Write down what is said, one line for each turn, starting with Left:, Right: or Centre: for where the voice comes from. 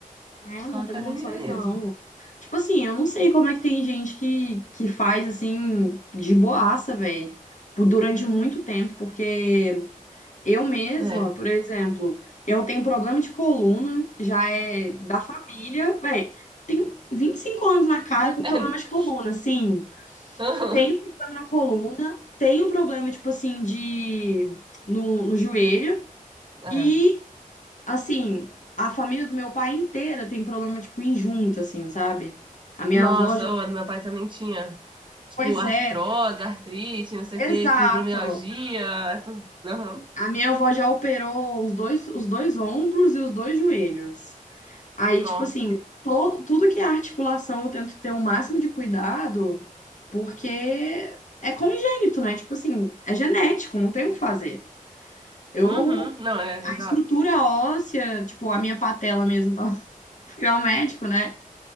Left: né
Right: só
Left: não
Right: academia
Left: tem condições,
Right: mesmo.
Left: não. Tipo assim, eu não sei como é que tem gente que, que faz assim, de boaça, velho, durante muito tempo, porque eu mesma,
Right: É.
Left: por exemplo, eu tenho problema de coluna, já é da família, velho, tenho 25 anos na cara com problema
Right: <laughs>
Left: de coluna, assim,
Right: Aham,
Left: tenho problema na coluna, tenho problema, tipo assim, de. No, no joelho,
Right: É.
Left: E Assim, a família do meu pai inteira tem problema, tipo, em junta, assim, sabe? A minha
Right: Nossa,
Left: avó já.
Right: o meu pai também tinha, tipo,
Left: Pois
Right: artrose,
Left: é,
Right: artrite, não sei
Left: exato.
Right: o que fibromialgia, essas. Aham.
Left: A minha avó já operou os dois, os dois ombros e os dois joelhos. Aí,
Right: Não.
Left: tipo assim, todo, tudo que é articulação eu tento ter o máximo de cuidado, porque é congênito, né? Tipo assim, é genético, não tem o que fazer. Eu.
Right: Uhum. Não, é,
Left: A
Right: exato.
Left: estrutura óssea, tipo, a minha patela mesmo, tá? <laughs> Fui ao médico, né?